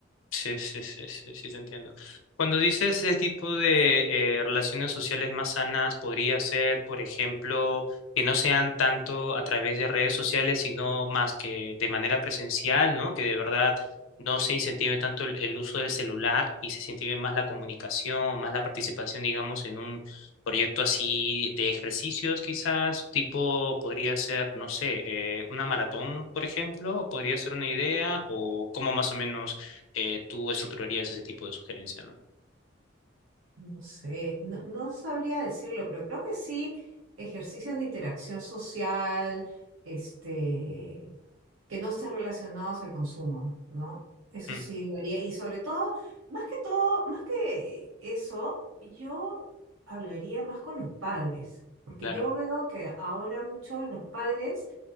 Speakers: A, on the left; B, on the right.
A: Sí, sí, sí, sí, sí, te entiendo. Cuando dices ese tipo de eh, relaciones sociales más sanas, podría ser, por ejemplo, que no sean tanto a través de redes sociales, sino más que de manera presencial, ¿no? Que de verdad no se incentive tanto el, el uso del celular y se incentive más la comunicación, más la participación, digamos, en un proyecto así de ejercicios, quizás, tipo, podría ser, no sé, eh, una maratón, por ejemplo, podría ser una idea, o cómo más o menos eh, tú estructurarías ese tipo de sugerencia, ¿no?
B: No sé, no, no sabría decirlo, pero creo que sí, ejercicios de interacción social, este, que no estén relacionados al consumo, ¿no? Eso
A: Mm,
B: sí lo haría. Y sobre todo, más que todo, más que eso, yo hablaría más con los padres, porque
A: claro,
B: yo veo que ahora muchos los padres